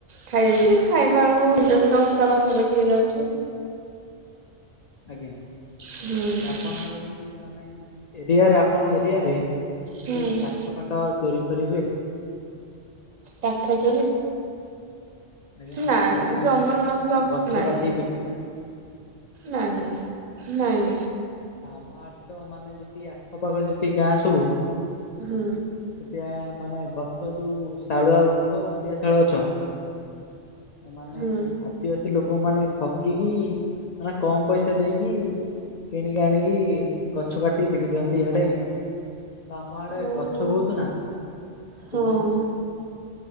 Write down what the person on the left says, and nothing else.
ଆଜ୍ଞା।
ଆପଣ ଆଡେ କିଛି ମାନେ ଏରିଆରେ ଆପଣଙ୍କ ଏରିଆରେ କିଛି
କାଠ ଫାଟ ଚୋରି ଫୋରି ହୁଏ।
ଆଜ୍ଞା
ଯେମିତି
ମାନେ
ଗଛ
କାଟି ବିକି ଦିଅନ୍ତି
ଆପଣଙ୍କ ଆଡେ ତ ମାନେ ଯେତିକି ଆଖପାଖ ଯେତିକି ଗାଁ ସବୁ
ସେଠି ଆ ମାନେ ଗଛ ଯୋଉ ଶାଳୁଆ ଗଛ ପିଆଶାଳ ଗଛ। ମାନେ
ଆଦିବାସୀ ଲୋକ ମାନେ ଠକି କି ମାନେ କମ୍ ପଇସା ଦେଇକି କିଣିକି ଆଣିକି ଗଛ କାଟିିକି ବିକି ଦିଅନ୍ତି ଇଆଡେ। ତ ଆମ ଆଡେ
ଗଛ ବହୁତ ନା, ସେ
ପାଇଁ।